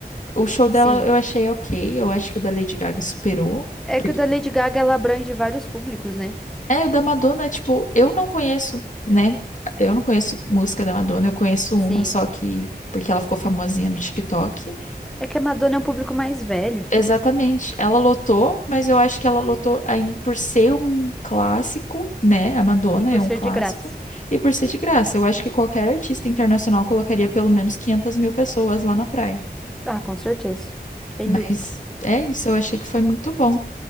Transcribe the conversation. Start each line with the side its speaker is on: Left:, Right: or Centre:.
Left: O show dela
Centre: Sim.
Left: eu achei ok. Eu acho que o da Lady Gaga superou.
Centre: É
Left: Porque.
Centre: que o da Lady Gaga ela abrange vários públicos, né?
Left: É, o da Madonna, tipo, eu não conheço, né? Eu não conheço música da Madonna, eu conheço
Centre: Sim.
Left: uma, só que porque ela ficou famosinha no TikTok.
Centre: É que a Madonna é um público mais velho
Left: Exatamente. Ela lotou, mas eu acho que ela lotou aí por ser um clássico, né? A Madonna
Centre: e por
Left: é um
Centre: ser
Left: clássico.
Centre: de graça.
Left: E por ser de graça. Eu acho que qualquer artista internacional colocaria pelo menos 500 mil pessoas lá na praia.
Centre: Ah, com certeza. Sem
Left: Mas
Centre: dúvidas.
Left: é isso, eu achei que foi muito bom.